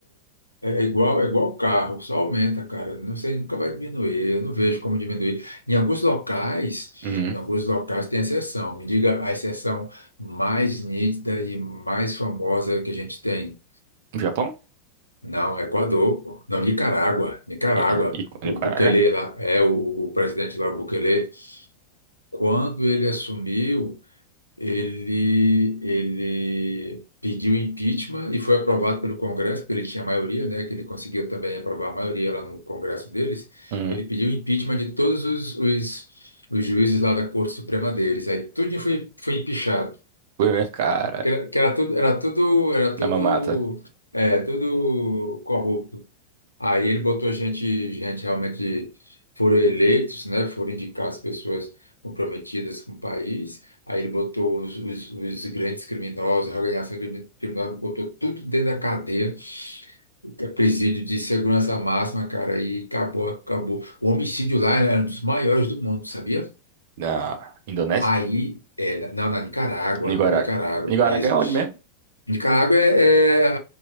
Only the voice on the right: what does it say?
Hum.
Japão?
E
e Nicarágua?
Hum.
Fui ver, cara,
na mamata.
Na Indonésia?
Nicarágua.
Nicarágua
é onde mesmo?